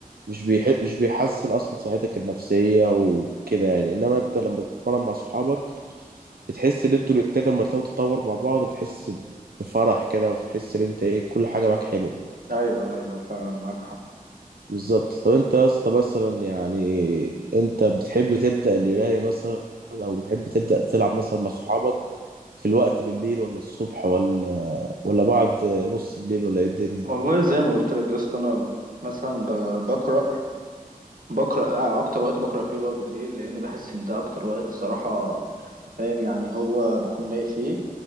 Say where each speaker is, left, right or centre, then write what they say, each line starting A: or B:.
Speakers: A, on the right; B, on the right.
A: مش بيح... مش بيحسن اصلا صحتك النفسيه وكده يعني انما انت لما تتمرن مع صحابك بتحس ان انتوا الاتنين لما تلاقوا تتطور مع بعض بتحس بفرح كده وتحس ان انت ايه كل حاجه معاك حلوه
B: أيوه أيوه فعلا معاك حق
A: بالظبط طب انت يا اسطى مثلا يعني انت بتحب تبدا القرايه مثلا او بتحب تبدا تلعب مثلا مع صحابك في الوقت بالليل ولا الصبح ولا ولا بعد نص الليل ولا ايه الدنيا
B: والله زي ما قلت لك يا اسطى انا مثلا ب- بقرا بقرا آه اكتر وقت بقرا فيه اللي هو بالليل لان بحس ان ده اكتر وقت صراحه أنت فاهم يعني هو بكون لايق فيه